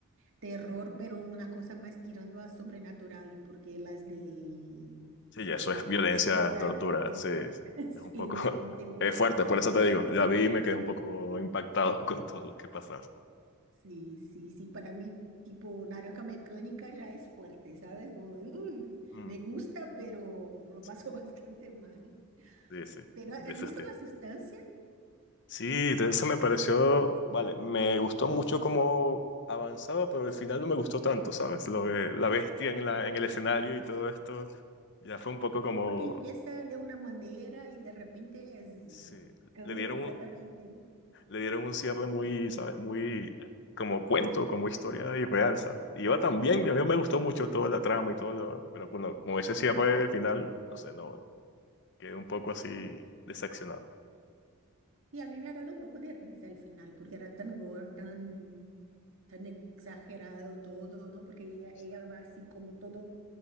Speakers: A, on the right; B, on the left.
A: terror, pero una cosa más tirando a sobrenatural, porque las de,
B: Sí, ya eso
A: de
B: es
A: tortura,
B: violencia, tortura.
A: pues,
B: Sí, sí.
A: <laughs>
B: Es un
A: sí,
B: poco.
A: mira,
B: <laughs>
A: no tengo,
B: Es fuerte, por eso te digo. La vi y me quedé un poco impactado <laughs> con todo lo que pasaba.
A: Sí, sí, sí, para mí tipo naranja mecánica ya es fuerte, ¿sabes? Como, "Uy,
B: Mm,
A: me gusta, pero lo
B: sí,
A: paso <laughs> bastante mal.
B: sí, sí,
A: Pero
B: de
A: ¿has
B: ese
A: visto
B: estilo.
A: la sustancia?
B: Sí, de esa me pareció, vale, me gustó mucho cómo avanzaba, pero al final no me gustó tanto, ¿sabes? Lo de la bestia en la, en el escenario y todo esto, ya fue un poco como,
A: Porque empieza de una manera y de repente es,
B: sí,
A: cambia
B: le dieron
A: completamente.
B: un, le dieron un cierre muy, ¿sabes? Muy como cuento, como historia irreal, ¿sabes? Y Iba tan bien, a mí me gustó mucho toda la trama y todo lo, pero con, con ese cierre al final, no sé, no, quedé un poco así decepcionado.
A: Y a mí me ha dado un poco de risa al final, porque era tan gore, tan, tan exagerado todo, ¿no? Porque ella,
B: Sí,
A: ella va así como todo